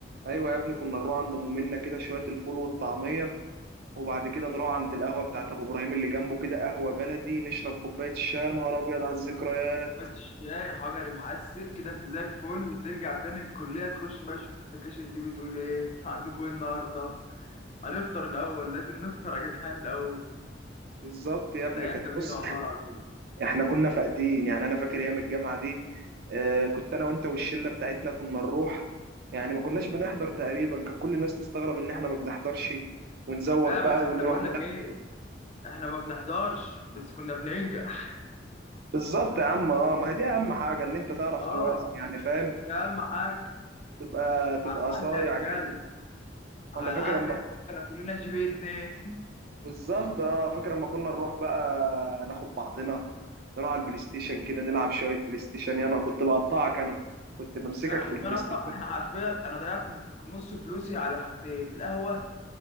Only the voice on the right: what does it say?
ايوه يا ابني كنا نروح عند ام منا كده شويه الفول والطعميه وبعد كده نروح عند القهوه بتاعت ابو ابراهيم اللي جنبه كده قهوه بلدي نشرب كوبايه الشاي يا نهار ابيض على الذكريات
بالظبط يا
ابني
كانت
بص
احنا كنا فاقدين يعني انا فاكر ايام الجامعه دي آه، كنت انا وانت والشله بتاعتنا كنا نروح يعني ما كناش بنحضر تقريبا كان كل الناس تستغرب ان احنا ما بنحضرش ونزوغ
بقى
ونروح
ن-
بالظبط يا عم اه ما هي دي اهم حاجه ان انت تعرف
توازن يعني فاهم
تبقى تبقى
صايع
كده
ولا فاكر
اما
بالظبط اه فاكر اما كنا نروح بقى ناخد بعضنا نروح على البلاي ستيشن كده نلعب شويه بلاي ستيشن يعني انا كنت بقطعك انا كنت بمسكك
في البلاي ستيشن